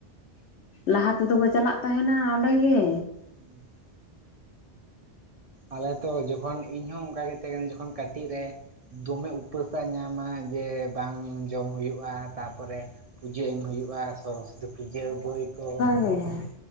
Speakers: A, on the left; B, on the right.
A: ᱞᱟᱦᱟ ᱛᱮᱫᱚ ᱠᱚ ᱪᱟᱞᱟᱜ ᱛᱟᱦᱮᱱᱟ ᱚᱸᱰᱮ ᱜᱮ
B: ᱦᱩᱸ ᱟᱞᱮᱛᱚ ᱡᱚᱠᱷᱚᱱ ᱤᱧᱦᱚᱸ ᱚᱱᱠᱟᱜᱮ ᱛᱟᱦᱮᱸ ᱠᱟᱹᱱᱟᱹᱧ ᱡᱚᱠᱷᱚᱱ ᱠᱟᱹᱴᱤᱡ ᱨᱮ ᱫᱚᱢᱮ ᱩᱯᱟᱹᱥᱟᱜ ᱧᱟᱢᱟ ᱡᱮ ᱵᱟᱝ ᱡᱚᱢ ᱦᱩᱭᱩᱜᱼᱟ, ᱛᱟᱯᱚᱨᱮ ᱯᱩᱡᱟᱹ ᱮᱢ ᱦᱩᱭᱩᱜᱼᱟ ᱥᱚᱨᱚᱥᱚᱛᱤ ᱯᱩᱡᱟᱹ ᱵᱳᱭ ᱠᱚ᱾
A: ᱦᱮᱸ